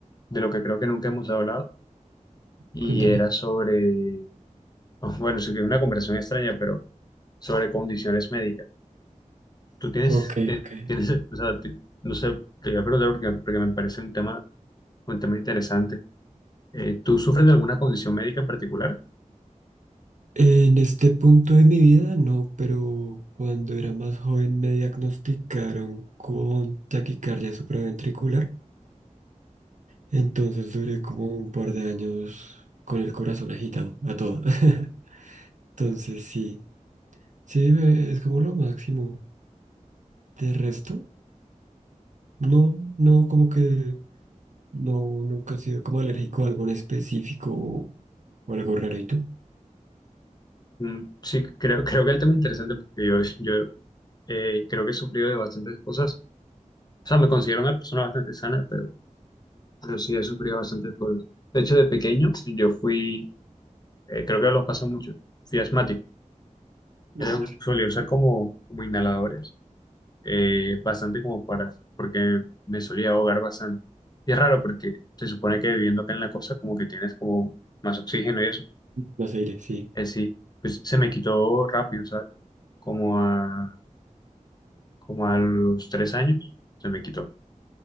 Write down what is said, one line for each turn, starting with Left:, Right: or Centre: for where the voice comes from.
Left: de lo que creo que nunca hemos hablado, y
Right: Cuéntame.
Left: era sobre, <laughs> bueno, sé que es una conversación extraña, pero sobre condiciones médicas. Tú tienes,
Right: Ok,
Left: te-
Right: ok.
Left: tienes, o sea, te- no sé, te iba a preguntar porque, porque me parece un tema, un tema interesante. Eh, ¿tú sufres de alguna condición médica en particular?
Right: En este punto de mi vida, no, pero cuando era más joven me diagnosticaron con taquicardia supraventricular. Entonces duré como un par de años con el corazón agitado, a todo. <laughs> Entonces sí, sí, me- es como lo máximo. De resto, no, no, como que No, nunca he sido como alérgico a algo en específico o, o algo raro. ¿Y tú?
Left: Mm, Sí, creo, creo que el tema es interesante porque yo, <laughs> yo Eh, creo que he sufrido de bastantes cosas. O sea, me considero una persona bastante sana, pero, pero sí he sufrido bastantes cosas. De hecho, de pequeño, yo fui, eh, creo que lo pasa mucho, fui asmático.
Right: No.
Left: Era, solía usar como, como inhaladores, eh, bastante como para, porque me solía ahogar bastante. Y es raro porque se supone que viviendo acá en la costa, como que tienes como más oxígeno y eso.
Right: Más aire, <laughs> sí.
Left: Es sí, pues se me quitó rápido, ¿sabes? Como a, como a los tres años, se me quitó.